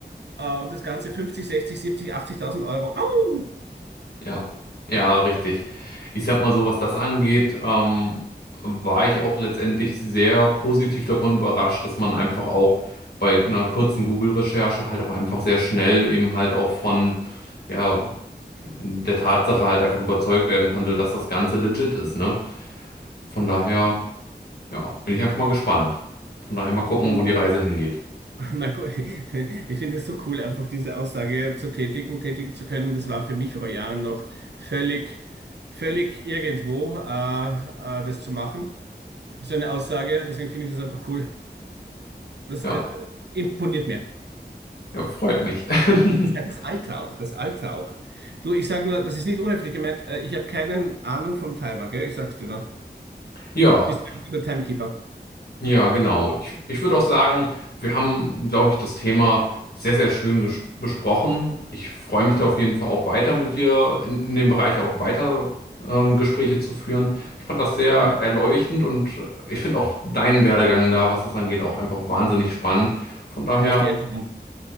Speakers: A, on the right (about 75°); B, on the left (about 65°).
A: äh, und das Ganze 50, 60, 70, 80.000 Euro. Au!
B: Ja. Ja, richtig. Ich sag mal so, was das angeht, ähm, war ich auch letztendlich sehr positiv davon überrascht, dass man einfach auch bei einer kurzen Google-Recherche halt auch einfach sehr schnell eben halt auch von ja, der Tatsache halt einfach überzeugt werden konnte, dass das Ganze legit ist, ne? Von daher, ja, bin ich einfach mal gespannt. Von daher mal gucken,
A: Und
B: wo die Reise hingeht.
A: Marco, <laughs> ich finde es so cool, einfach diese Aussage zu tätigen, tätigen zu können. Das war für mich vor Jahren noch völlig, völlig irgendwo, äh, äh, das zu machen. So eine Aussage, deswegen finde ich das einfach cool. Das
B: Ja,
A: äh, imponiert mir.
B: ja, freut mich.
A: Das
B: <laughs>
A: ist halt das Alter auch, das Alter auch. Du, ich sage nur, das ist nicht unhöflich gemeint. Äh, ich habe keine Ahnung vom Timer, gell? Ich sag's dir nur.
B: Ja,
A: Bist du ein guter Timekeeper?
B: ja, genau. Ich, ich würde auch sagen, wir haben, glaube ich, das Thema sehr, sehr schön ges- besprochen. Ich freue mich da auf jeden Fall auch weiter mit dir in, in dem Bereich auch weiter ähm, Gespräche zu führen. Ich fand das sehr
A: Gerne.
B: erleuchtend und ich finde auch deinen Werdegang da, was das angeht, auch einfach wahnsinnig spannend. Von daher.
A: Hör auf die Älteren.